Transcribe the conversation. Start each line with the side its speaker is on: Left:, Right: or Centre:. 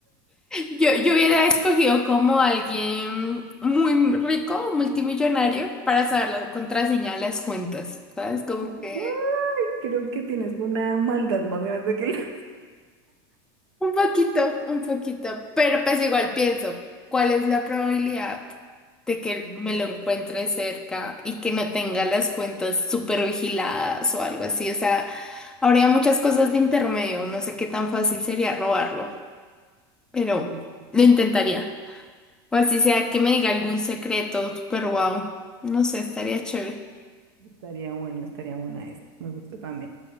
Centre: Yo, yo hubiera escogido como alguien muy rico, multimillonario, para saber la contraseña de las cuentas, ¿sabes? Como
Right: ¡Ay!
Centre: que...
Right: Creo que tienes una maldad más grande que la... <laughs>
Centre: Un poquito, un poquito, pero pues igual pienso, ¿cuál es la probabilidad de que
Right: Mm,
Centre: me lo encuentre cerca y que no tenga las cuentas súper vigiladas o algo así? O sea, habría muchas cosas de intermedio, no sé qué tan fácil sería robarlo, pero
Right: Sí, sí,
Centre: lo intentaría. O así sea que me diga algún secreto, pero wow, no sé, estaría chévere.
Right: estaría bueno, estaría buena esa. Me gusta también.